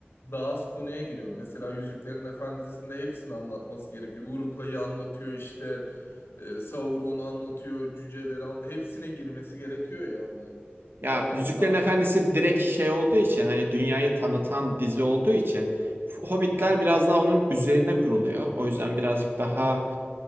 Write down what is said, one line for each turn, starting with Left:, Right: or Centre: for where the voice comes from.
Left: Daha az konuya giriyor. Mesela Yüzüklerin Efendisi'nde hepsini anlatması gerekiyor. urukayı anlatıyor işte. e, Sauron'u anlatıyor. Cüceleri anlatıyor. Hepsine girmesi gerekiyor yani.
Right: Ya
Left: Tabii
Right: Yüzüklerin
Left: yani daha...
Right: Efendisi direkt şey olduğu için hani dünyayı tanıtan dizi olduğu için Hobbitler
Left: Aha.
Right: biraz daha onun üzerine kuruluyor. O yüzden birazcık daha